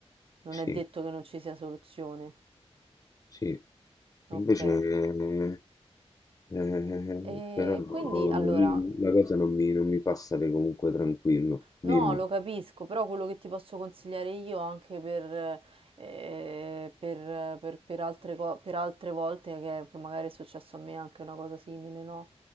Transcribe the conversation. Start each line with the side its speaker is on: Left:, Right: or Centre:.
Right: non
Left: sì.
Right: è detto che non ci sia soluzione.
Left: sì.
Right: Ok.
Left: Invece, eh, eh,
Right: E
Left: però non-
Right: quindi allora
Left: la cosa non mi, non mi fa stare comunque tranquillo. Dimmi.
Right: No, lo capisco, però quello che ti posso consigliare io anche per, eh, per- per- per altre, co- per altre volte che, che magari è successo a me anche una cosa simile, no?